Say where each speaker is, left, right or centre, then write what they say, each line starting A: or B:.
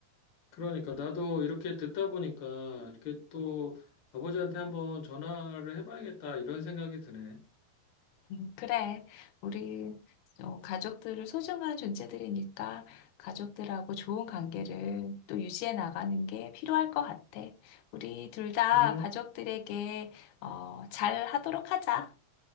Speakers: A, on the left; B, on the left.
A: 그러니까 나도 이렇게 듣다 보니까 이렇게 또 아버지한테 한번 전화를 해봐야겠다 이런 생각이 드네.
B: 음, 그래. 우리 어, 가족들을 소중한 존재들이니까 가족들하고 좋은 관계를 또 유지해 나가는 게 필요할 것 같아. 우리 둘 다
A: 응,
B: 가족들에게 어, 잘 하도록 하자.